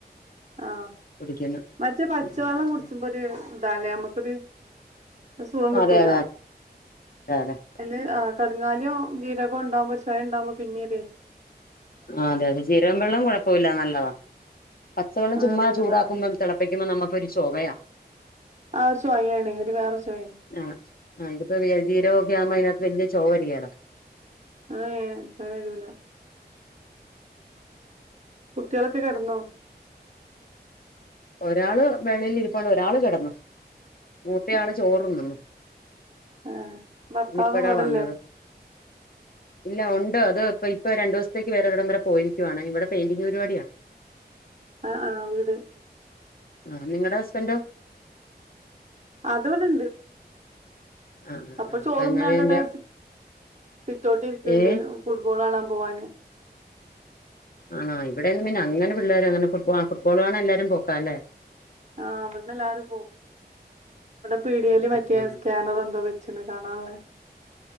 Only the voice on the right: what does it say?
ആ
മറ്റേ പച്ചവെള്ളം
കുടിച്ചുമ്പോ ഒരു ഇതല്ലേ നമ്മുക്കൊരു സുഖം കിട്ടൂല
അതില് ആ കരിങ്ങാലിയോ ജീരകോ ഉണ്ടാവുമ്പോ ഒരു ചൊയ ഉണ്ടാവുമ്പൊ പിന്നെര്
ആഹ്
നല്ലതാണ്
ആ ഒരു ചൊയയാണ് ഒരു വേറെ ചൊയ
ഏ ചൊയ വരൂല കുട്ടികളൊക്കെ കിടന്നോ
ഏ
ഏ ഭർത്താവ്
ഇവിടല്ലേ
ആ ആ വീട്
അത്വ്ടെണ്ട്
അയ്പ്പൊ
ചോറ്ന്നാണ്ടടെ
സിറ്റ് ഔട്ട് ഇരിക്കണ്ട്
ഫുട്ബോൾ ആണ പോവാന്
ആ ഇവിടുന്ന് എല്ലാരും പോവും ഇവടെ പീടേല്
മറ്റേ
സ്കാനർ എന്തോ വെച്ചണ് കാണാൻള്ളേ